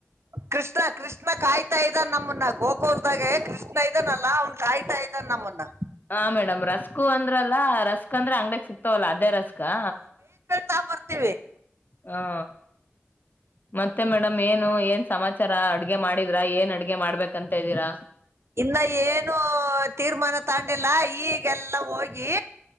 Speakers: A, on the right; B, on the left.
A: ಕೃಷ್ಣ ಕೃಷ್ಣ ಕಾಯ್ತಾ ಇದಾನ ನಮ್ಮನ್ನ ಗೋಕೂರ್ದಾಗೆ ಕೃಷ್ಣ ಇದಾನಲ್ಲ ಅವ್ನ್ ಕಾಯ್ತಾ ಇದಾನ ನಮ್ಮನ್ನ.
B: ಹಾ ಮೇಡಮ್ ರಸ್ಕು ಅಂದ್ರಲ್ಲಾ ರಸ್. ಅಕಂದ್ರ ಅಂಗಡಿಲ್ ಸಿಕ್. ಸಿಕ್ತವಲ್ಲ ಅದೇ ರಸ್ಕ್ಕಾ.
A: ತಾ ಬರ್ತೀವಿ.
B: ಹಾ ಮತ್ತೆ ಮೇಡಮ್ ಮೇನು ಏನ್ ಸಮಾಚಾರ ಅಡ್ಗೆ ಮಾಡಿದ್ರಾ ಏನ್ ಅಡ್ಗೆ ಮಾಡ್ಬೇಕಂತ್ದೀರಾ.
A: ಇನ್ನ ಏನು ತೀರ್ಮಾನ ತಗಂಡಿಲ್ಲ ಈಗೆಲ್ಲ ಹೋಗಿ.